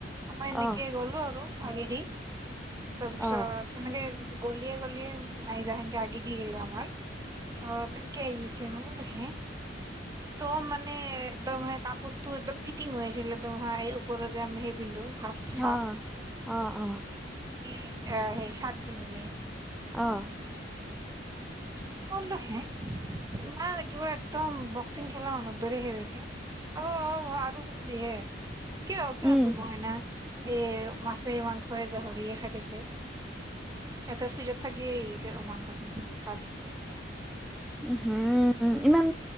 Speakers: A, on the right; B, in the centre.
A: আমা এনেক
B: অ
A: গ'লো আৰু আগেদি। তাৰপিছত
B: অ
A: চেনেকে গলিয়ে গলিয়ে নাই যা সেনকে আগি দি আহম আমাৰ চব এনেকে আহিছে মোৰ হে ত মানে একদম হয় কাপোৰটো একদম। ফিটিং হৈছিলে একদম হ এই উপৰত যোম কিন্তু হাফ হাফ
B: অ অ অ
A: সেই চাৰ্ট পিন্ধ
B: অ
A: স্কুল নহে ইমান দূৰত একদম। বক্সিং খেলা অনুদৰি হৈ গৈছে অ, অ আৰু ফুলছি হে কিয় কিয় ন
B: উম
A: ফুলব হয় না। এৰ মাছে মাংসই গাহৰিয়ে খাই থাকে। এ তাতে <unintelligible> থাকেই মাংস চাংখ।
B: হম। উম ইমান